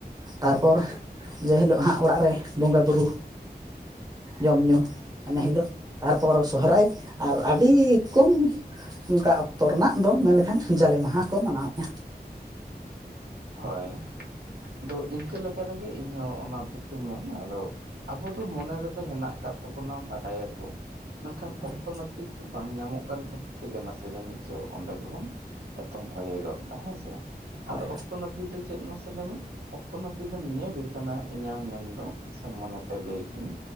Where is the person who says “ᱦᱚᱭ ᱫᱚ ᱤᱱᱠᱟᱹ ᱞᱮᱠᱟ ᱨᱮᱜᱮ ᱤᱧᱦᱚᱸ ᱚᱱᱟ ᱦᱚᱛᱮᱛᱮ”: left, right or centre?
Right